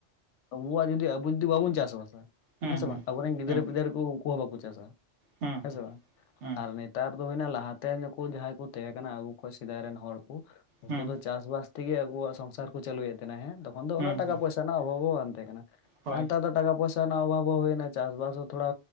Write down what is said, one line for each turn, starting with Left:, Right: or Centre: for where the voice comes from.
Left: ᱟᱵᱩᱣᱟᱜ ᱡᱩᱫᱤ ᱟᱵᱚ ᱡᱩᱫᱤ ᱵᱟᱵᱚᱱ ᱪᱟᱥ ᱵᱟᱥᱟ
Right: ᱦᱩᱸ
Left: ᱦᱮᱸ ᱥᱮ
Right: ᱦᱩᱸ
Left: ᱵᱟᱝ ᱟᱵᱚᱨᱮᱱ ᱜᱤᱫᱟᱹᱨᱟᱹ
Right: ᱦᱩᱸ
Left: ᱯᱤᱫᱟᱹᱨ ᱠᱩ ᱩᱱᱠᱩ ᱦᱚᱸᱵᱟᱠᱳ ᱪᱟᱥᱼᱟ
Right: ᱦᱩᱸ
Left: ᱦᱮᱸ ᱥᱮ ᱵᱟᱝ
Right: ᱦᱩᱸ
Left: ᱟᱨ ᱱᱮᱛᱟᱨ ᱫᱚ ᱦᱩᱭᱱᱟ ᱞᱟᱦᱟᱛᱮ ᱱᱩᱠᱩ ᱡᱟᱦᱟᱸᱭ ᱠᱚ ᱛᱟᱦᱮᱸ ᱠᱟᱱᱟ ᱟᱵᱩ ᱠᱷᱚᱱᱚᱡ ᱥᱮᱫᱟᱭ ᱨᱮᱱ ᱦᱚᱲ ᱠᱚ ᱩᱱᱠᱩ
Right: ᱦᱩᱸ
Left: ᱫᱚ ᱪᱟᱥ-ᱵᱟᱥ ᱛᱮᱜᱮ ᱟᱵᱩᱭᱟᱜ ᱥᱚᱝᱥᱟᱨ ᱠᱚ ᱪᱟᱞᱩᱭᱮᱫ ᱛᱟᱦᱮᱸᱱᱟ ᱦᱮᱸ ᱛᱚᱠᱷᱚᱱ ᱫᱚ
Right: ᱦᱩᱸ
Left: ᱩᱱᱟᱹᱜ ᱴᱟᱠᱟ
Right: ᱦᱩᱸ
Left: ᱯᱚᱭᱥᱟ ᱨᱮᱱᱟᱜ ᱚᱵᱷᱟᱵ ᱦᱚᱸ ᱵᱟᱝ ᱛᱟᱦᱮᱸ ᱠᱟᱱᱟ᱾
Right: ᱦᱳᱭ
Left: ᱟᱨ ᱱᱮᱛᱟᱨ ᱫᱚ ᱴᱟᱠᱟ ᱯᱚᱭᱥᱟ ᱨᱮᱱᱟᱜ ᱚᱵᱷᱟᱵᱽ ᱦᱚᱸ ᱦᱩᱭᱱᱟ, ᱪᱟᱥ ᱵᱟᱥ ᱦᱚᱸ ᱛᱷᱚᱲᱟ